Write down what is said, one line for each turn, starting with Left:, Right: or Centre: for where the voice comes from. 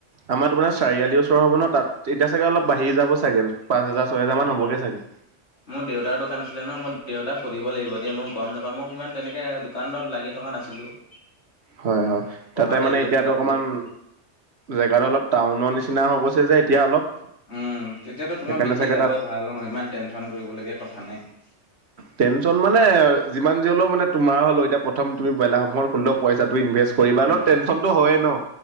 Right: আমাৰ তোমাৰ চাৰিআলিৰ ওচৰ হ'ব ন তাত এতিয়া চাগৈ অলপ বাঢ়ি যাব চাগৈ, পাঁচ হাজাৰ ছয় হাজাৰ
Left: হয়
Right: মান
Left: হয়।
Right: হবগৈ চাগৈ।
Left: মোৰ দেউতাৰ দোকান আছিলে ন, মই দেউতাক সুধিব লাগিব দেই মই গম নাপাওঁ মোক সিমান তেনেকে দোকানত লাগি থকা নাছিলো। <inaudible>
Right: হয় হয়, তাতে
Left: পঢ়াতে
Right: মানে
Left: ব্যস্ত
Right: এতিয়াতো
Left: আছিলো
Right: অকমান
Left: বহুত।
Right: জেগাটো অলপ টাউনৰ নিচিনা হৈ গৈছে যে এতিয়া অলপ
Left: উম, তেতিয়াতো তোমাৰ
Right: সেইকাৰণে
Left: বিক্ৰী
Right: চাগে
Left: যাবই
Right: তাত
Left: ভাড়ালৈ ইমান টেনচন কৰিব লগীয়া কথা নাই।
Right: টেনচন মানে, যিমান যি হ'লেও মানে তোমাৰ হ'লেও এতিয়া প্ৰথম বইলাৰ ফাৰ্মখন খোলোতেও পইচাটো ইনভেষ্ট কৰিবা
Left: উম,
Right: অলপ টেনচনটো হয়েই ন।